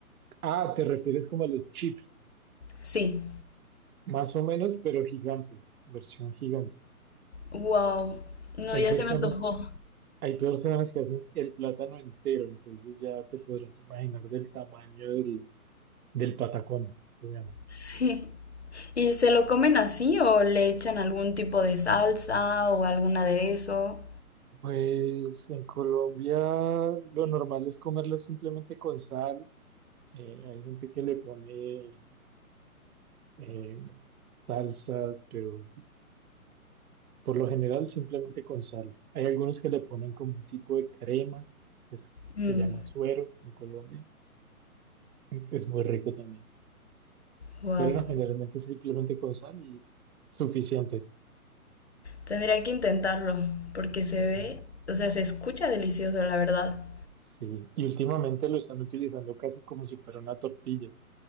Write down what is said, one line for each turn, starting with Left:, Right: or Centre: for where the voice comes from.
Right: Ah, te refieres como a los chips,
Left: Sí.
Right: más o menos, pero gigante, versión gigante.
Left: Wow. No,
Right: Hay
Left: ya
Right: personas,
Left: se me antojó.
Right: hay personas que hacen el plátano entero, entonces ya te podrás imaginar del tamaño del, del patacón, se llama.
Left: Sí. ¿Y se lo comen así o le echan algún tipo de salsa o algún aderezo?
Right: Pues en Colombia lo normal es comerlo simplemente con sal. Eh, hay gente que le pone eh, salsas, pero por lo general simplemente con sal. Hay algunos que le ponen como un tipo de crema, que es-
Left: Mm,
Right: se llama suero en Colombia. Es muy rico también.
Left: wow.
Right: Pero no, generalmente es simplemente con sal y suficiente.
Left: Tendría que intentarlo porque se
Right: Ajá.
Left: ve, o sea, se escucha delicioso, la verdad.
Right: Sí. Y últimamente lo están utilizando casi como si fuera una tortilla.